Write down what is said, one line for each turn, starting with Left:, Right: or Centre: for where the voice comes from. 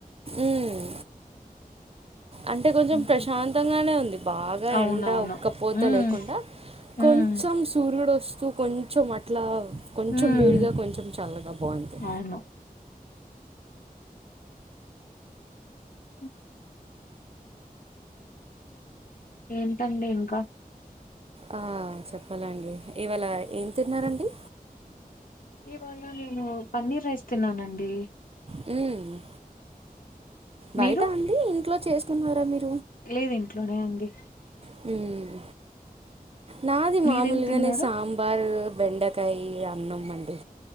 Right: మ్మ్ అంటే కొంచెం
Left: ఉహు
Right: ప్రశాంతంగానే ఉంది బాగా
Left: అవునవును
Right: ఎండ ఉక్కపోత
Left: హ్మ్
Right: లేకుండా
Left: హ్మ్
Right: కొంచెం సూర్యుడు వస్తు సో కొంచెం అట్లా కొంచెం
Left: హ్మ్
Right: వేడిగా కొంచెం చల్లగా బాగుంది
Left: అవును అ ఏంటండి ఇంకా
Right: ఆ చెప్పాలండి ఇవాళ ఏం తిన్నారండి
Left: ఇవాళ నేను పన్నీర్ రైస్ తిన్నానండి
Right: హ్మ
Left: మీరు
Right: బయట అండి ఇంట్లో చేసుకున్నారా మీరు
Left: లేదు ఇంట్లోనే అండి
Right: హ్మ్ నాది మామూలుగానే
Left: మీరేం తిన్నారు
Right: సాంబారు బెండకాయ అన్నంమండి